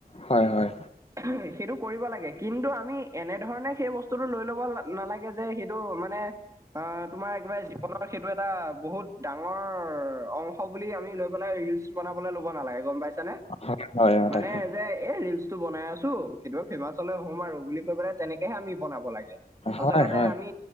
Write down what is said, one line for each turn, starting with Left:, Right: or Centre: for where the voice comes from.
Left: হয় হয়।
Right: উহু সেইটো কৰিব লাগে কিন্তু আমি এনেধৰণে সেই বস্তুটো লৈ ল'ব নালাগে যে সেইটো মানে আ তোমাৰ একেবাৰে জীৱনৰ সেইটো এটা বহুত ডাঙৰ অং শ বুলি আমি লৈ পেলাই ৰিলচ বনাবলৈ ল'ব নালাগে গম পাইছা নে?
Left: হয় হয় অ
Right: মানে
Left: তাকে
Right: যে এই ৰিলচ টো বনাই আছো, কেতিয়াবা ফেমাচ হলে হ'ম আৰু বুলি কৈ পেলাই তেনেকেহে আমি বনাব লাগে। আচলতে
Left: হয় হয়
Right: আমি